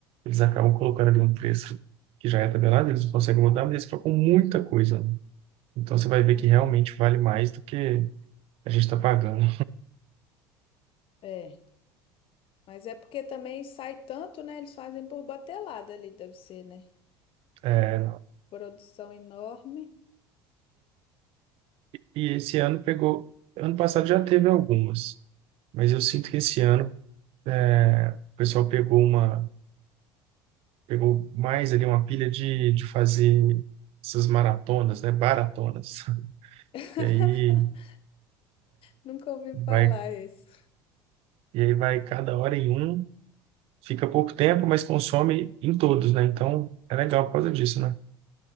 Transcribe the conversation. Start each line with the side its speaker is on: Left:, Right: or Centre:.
Right: eles acabam colocando ali um preço que já é tabelado, eles não conseguem mudar, mas eles colocam muita coisa, né? Então você vai
Left: Ah,
Right: ver que realmente vale mais do que A gente está pagando.
Left: é. Mas é porque também sai tanto, né? Eles fazem por batelada ali, deve ser, né?
Right: É,
Left: Produção enorme.
Right: e esse ano pegou. Ano passado já teve algumas, mas eu sinto que esse ano é, o pessoal pegou uma, pegou mais ali uma pilha de, de fazer essas maratonas, né? Baratonas.
Left: <laughs>
Right: E aí
Left: Nunca ouvi
Right: vai,
Left: falar isso.
Right: e aí vai cada hora em um, fica pouco tempo, mas consome em todos, né? Então é legal por causa disso, né?